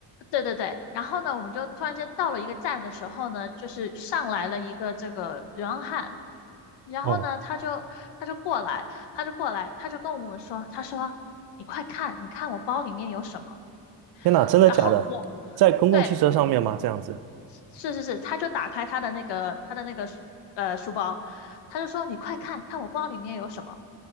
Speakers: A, on the left; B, on the right.
A: 对对对，然后呢，我们就突然间到了一个站的时候呢，就是上来了一个这个流浪汉，然后呢，
B: 哦，
A: 他就他就过来，他就过来，他就跟我们说，他说你快看，你看我包里面有什么。
B: 天哪，真的假的？
A: 然后我，
B: 在公共汽车上面吗？
A: 对，我，
B: 这样子，
A: 是是是，他就打开他的那个他的那个书呃书包，他就说你快看看我包里面有什么。